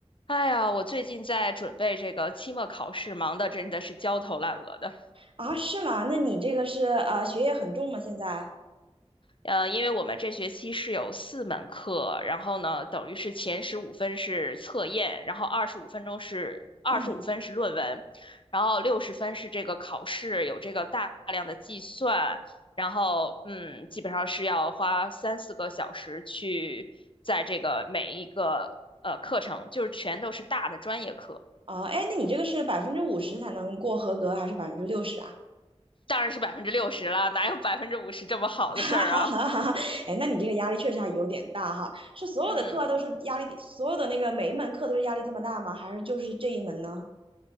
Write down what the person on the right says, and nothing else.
啊，是吗？那你这个是呃学业很重吗？现在？
嗯，
哦，哎，那你这个是百分之五十才能过合格，还是百分之六十啊？
<laughs> 哈哈哈哈哈！哎，那你这个压力确实还有点大哈。是所有的课都是压力，
所有的那个每一门课都是压力这么大吗？还是就是这一门呢？